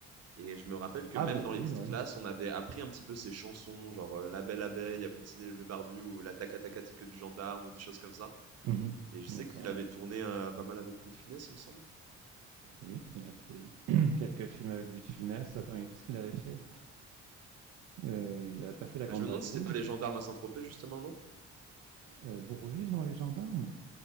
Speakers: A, on the right; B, on the right.
A: Et je me rappelle que
B: Ah,
A: même
B: Bourvil,
A: dans les petites
B: oui.
A: classes, on avait appris un petit peu ces chansons, genre euh, La Belle Abeille, Agglutiner les Bleus Barbus ou La Tacatacatique du Gendarme ou des choses comme ça.
B: Mmh
A: Et je sais
B: D'accord.
A: qu'il avait tourné euh, pas mal avec Louis de Funès, il me semble.
B: Oui, il a fait <clears throat> quelques films avec Louis de Funès. Attends, et qu'est-ce qu'il avait fait? Heu, il n'avait pas fait La
A: Mais
B: Grande
A: je me
B: Vadrouille?
A: demande si c'est pas les gendarmes à Saint-Tropez justement, non?
B: Heu, Bourvil dans Les Gendarmes?